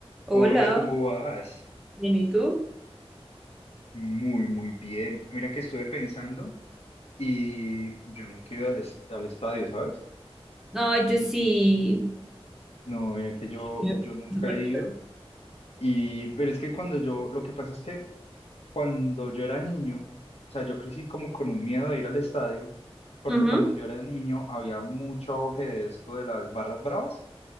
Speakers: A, in the centre; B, on the left (about 75°).
A: Hola,
B: Hola, ¿cómo vas?
A: bien, ¿y tú?
B: Muy, muy bien. Mira que estuve pensando y yo nunca he ido al, es- al estadio, ¿sabes?
A: No, yo sí.
B: No, mira que yo,
A: Sí,
B: yo nunca
A: súper
B: he ido.
A: chévere.
B: Y, pero es que cuando yo, lo que pasa es que cuando yo era niño, o sea, yo crecí como con un miedo de ir al estadio, porque
A: Ujú,
B: cuando yo era niño había mucho auge de esto de las barras bravas.